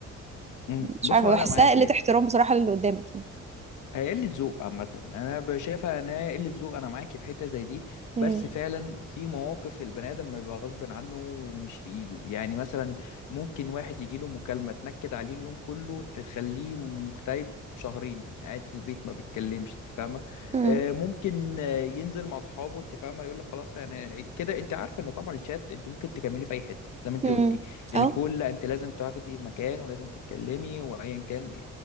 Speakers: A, on the left; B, on the right.
A: م.
B: مش
A: بص
B: عارفة
A: هو
B: بحسها
A: انا معاكي
B: قلة احترام بصراحة للي قدامك يعني
A: هي قلة ذوق عامة أنا ب- شايفها إن هي قلة ذوق أنا معاكي في حتة زي دي
B: مم.
A: بس فعلا في مواقف البني آدم بيبقى غصب عنه ومش في إيده يعني مثلا ممكن واحد يجيله مكالمة تنكد عليه اليوم كله تخليه مكتئب شهرين قاعد في البيت ما بيتكلمش انت فاهمه
B: امم
A: آه، ممكن آه، ينزل مع اصحابه انت فاهمه يقول لك خلاص يعني كده انت عارفه انه طبعا الشات انت ممكن تكملي في اي حته زي ما انت
B: امم
A: قلتي الكل
B: اه
A: لا انت لازم تاخدي مكان ولازم تتكلمي وايا كان